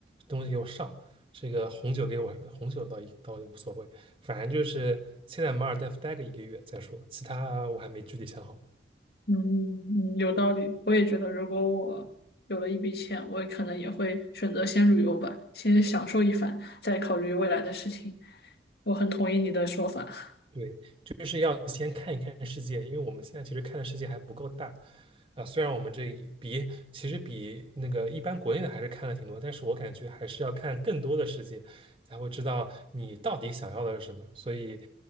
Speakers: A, on the right; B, on the left.
A: 东西给我上，这个红酒给我红酒倒也倒也无所谓，反正就是先在马尔代夫待个一个月再说，其他我还没具体想好。
B: 嗯，嗯有道理。我也觉得，如果我有了一笔钱，我可能也会选择先旅游吧，先享受一番，再考虑未来的事情。我很同意你的说法。
A: 对，就是要先看一看世界，因为我们现在其实看的世界还不够大啊。虽然我们这一比其实比那个一般国内的还是看了挺多，但是我感觉还是要看更多的世界，才会知道你到底想要的是什么。所以，